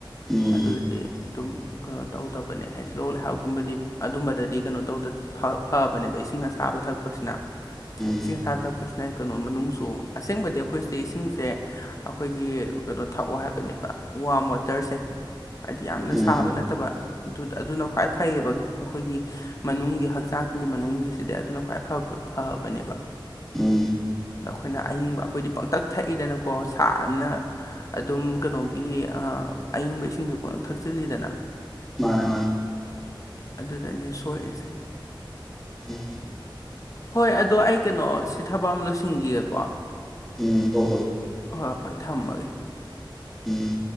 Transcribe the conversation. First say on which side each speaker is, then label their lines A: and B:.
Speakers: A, in the centre; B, on the left (about 40°).
A: ꯎꯝ
B: ꯑꯗꯨꯗꯤ ꯑꯗꯨꯝ ꯀꯩꯅꯣ ꯇꯧꯗꯕꯅꯦ ꯍꯥꯏꯗꯤ ꯂꯣꯛ ꯂꯥꯏꯍꯧꯀꯨꯝꯕꯗꯤ ꯑꯗꯨꯝꯕꯗꯗꯤ ꯀꯩꯅꯣ ꯇꯧꯗꯁꯨ ꯐ ꯐꯕꯅꯦꯕ ꯏꯁꯤꯡ ꯑꯁꯥꯕ ꯊꯛꯄꯁꯤꯅ
A: ꯎꯝ
B: ꯏꯁꯤꯡ ꯑꯁꯥ ꯊꯛꯄꯁꯤꯅ ꯀꯩꯅꯣ ꯃꯅꯨꯡꯁꯨ ꯑꯁꯦꯡꯕꯗꯤ ꯑꯩꯈꯣꯏꯁꯤ ꯏꯁꯤꯡꯁꯦ ꯑꯩꯈꯣꯏꯒꯤ ꯀꯩꯅꯣ ꯊꯛꯑꯣ ꯍꯥꯏꯕꯅꯦꯕ ꯋꯥꯝ ꯋꯥꯇꯔꯁꯦ ꯍꯥꯏꯗꯤ ꯌꯥꯝꯅ ꯁꯥꯕ
A: ꯎꯝ
B: ꯅꯠꯇꯕ ꯑꯗꯨ ꯑꯗꯨꯅ ꯈ꯭ꯋꯥꯏ ꯐꯩꯌꯦꯕ ꯑꯩꯈꯣꯏꯒꯤ ꯃꯅꯨꯡꯒꯤ ꯍꯛꯆꯥꯡꯒꯤ ꯃꯅꯨꯡꯒꯤꯁꯤꯗꯤ ꯑꯗꯨꯅ ꯈ꯭ꯋꯥꯏ ꯐ ꯐꯕꯅꯦꯕ
A: ꯎꯝ
B: ꯑꯗ ꯑꯩꯈꯣꯏꯅ ꯑꯏꯤꯡꯕ ꯑꯩꯈꯣꯏꯗꯤ ꯄꯪꯇꯛ ꯊꯛꯏꯗꯅꯀꯣ ꯁꯥꯔꯕꯅꯤꯅ ꯑꯗꯨꯝ ꯀꯩꯅꯣꯒꯤ ꯑꯏꯪꯕ ꯏꯁꯤꯡꯁꯨ ꯄꯪꯊ ꯊꯛꯆꯤꯜꯂꯤꯗꯅ
A: ꯃꯥꯅꯦ ꯃꯥꯅꯦ
B: ꯑꯗꯨꯗꯅꯦ ꯁꯣꯛꯏꯁꯦ
A: ꯎꯝ
B: ꯍꯣꯏ ꯑꯗꯣ ꯑꯩ ꯀꯩꯅꯣ ꯁꯤ ꯊꯕꯛ ꯑꯃ ꯂꯣꯏꯁꯤꯟꯈꯤꯒꯦꯀꯣ
A: ꯎꯝ ꯍꯣꯏ ꯍꯣꯏ
B: ꯍꯣꯏ ꯍꯣꯏ ꯊꯝꯃꯒꯦ
A: ꯎꯝ